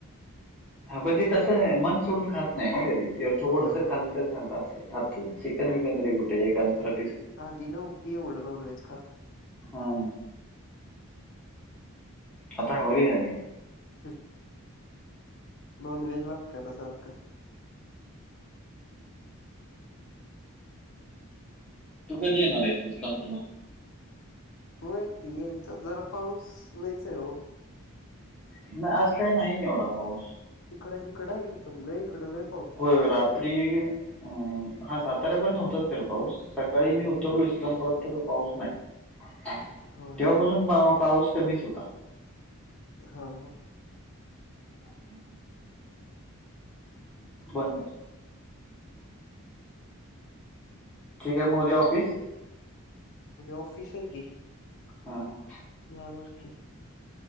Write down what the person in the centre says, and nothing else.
हा प ते तसं आहे मन सोडून खात नाही ना कधी ते थोडस
खाल्ल ते खाल्ल असेल मात्र चिकन विकन तरी कुठे एकाद दुसर.
हं आता हावरी झालीय.
तू कधी येणार आहेस इस्लामपूरला?
नाही आज काय नाहीय एवढा पाऊस.
हो रात्री अं हा साताऱ्यापर्यंत नव्हताच खर पाऊस. सकाळी
मी उतरलो इस्लामपुरात तर पाऊस नाही
तेव्हा बाऊ पाऊस कमीच होता.
चार्जिंग नाहीय. <inaudible> ठीक आहे म उद्या ऑफिस?
हा हा!